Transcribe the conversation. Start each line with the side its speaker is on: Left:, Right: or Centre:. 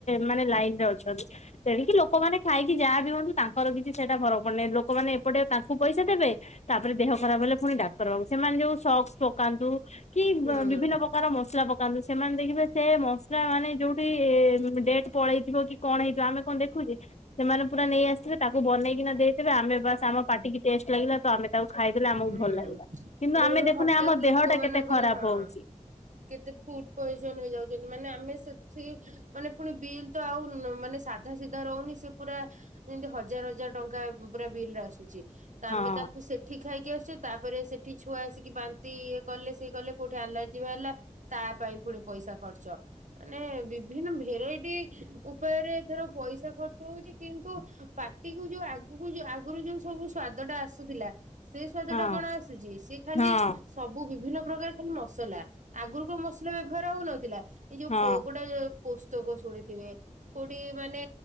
Left: ମାନେ ଲାଇନ ରେ ଅଛନ୍ତି। ତେଣିକି ଲୋକମାନେ ଖାଇକି ଯାହା ବି ହୁଅନ୍ତୁ ତାଙ୍କର କିଛି ସେଇଟା ଫରକ ପଡ଼େନି ଲୋକମାନେ ଏପଟେ ତାଙ୍କୁ ପଇସା ଦେବେ। ତାପରେ ଦେହ ଖରାପ ହେଲେ ପୁଣି ଡାକ୍ତର ବାବୁ ସେମାନେ ଯୋଉ ସକ୍ସ ପକାନ୍ତୁ କି
Right: ହୁଁ
Left: ବିଭିନ୍ନ ତାର ମସଲା ପକାନ୍ତୁ ସେମାନେ ଦେଖିବେ ସେ ମାନେ ଯୋଉଠି ଡେଏଟେ ପଳେଇଥିବ କି କଣ ହେଇଥିବ ଆମେ କଣ ଦେଖୁଛେ। ସେମାନେ ପୁରା ନେଇ ଆସିିବେ ତାକୁ ବନେଇକିନା ଦେଇଥିବେ ଆମେ ବାସ ଆମ ପାଟିିକି ଟେଷ୍ଟ ଲାଗିଲା ତ ଆମେ ତାକୁ ଖାଇଦଲେ ଆମକୁ
Right: ହୁଁ
Left: ଭଲ
Right: ବେଳେ
Left: ଲାଗିଲା କିନ୍ତୁ ଆମେ
Right: ବେଳେ
Left: ଦେଖୁନେ
Right: ହଠାତ୍
Left: ଆମ ଦେହଟା
Right: ଲୋକମାନଙ୍କର
Left: କେତେ ଖରାପ
Right: ହଁ।
Left: ହଉଛି।
Right: କେତେ ଫୁଡ ପଏଜନ ହେଇଯାଉଛନ୍ତି ମାନେ ଆମେ ସେଠି ମାନେ ପୁଣି ବିଲ୍ ତ ଆଉ ମାନେ ସାଧା ସିଧା ରହୁନି ସେ ପୁରା ଯେମିତି ହଜାର ହଜାର ଟଙ୍କା ପୁରା ବିଲରେ ଆସୁଛି ତ
Left: ହଁ
Right: ଆମେ ତାକୁ ସେ ଖାଇକି ଆସୁଛେ ତାପରେ ସେଠି ଛୁଆ ଆସିକି ବାନ୍ତି କଲେ ସେଏ କଲେ କୋଉଠି ଆଲାର୍ଜି ବାହାରିଲା। ତା ପାଇଁ ପୁଣି ପଇସା ଖର୍ଚ୍ଚ। ମାନେ ବିଭିନ୍ନ ଭେରାଇଟି ଉପାୟରେ ଧର ପଇସା ଖର୍ଚ୍ଚ ହଉଛି କିନ୍ତୁ ପାଟିକି ଯୋଉ ଆଗକୁ ଯୋଉ ଆଗରୁ ଯୋଉ ସବୁ ସ୍ଵାଦ ଟା ଆସୁଥିଲା। ସେ ସ୍ଵାଦ
Left: ହଁ
Right: ଟା କଣ ଆସୁଛି ସେ ଖାଲି
Left: ହଁ
Right: ସବୁ ବିଭିନ୍ନ ପ୍ରକାର ଖାଲି ମସଲା। ଆଗରୁ କୋଉ ମସଲା ବ୍ୟବହାର ହଉନଥିଲା ଏଇ ଯୋଉ
Left: ହଁ
Right: ପ ଗୋଟେ ପୋସ୍ତକ ଶୁଣିଥିବେ? କୋଉଠି ମାନେ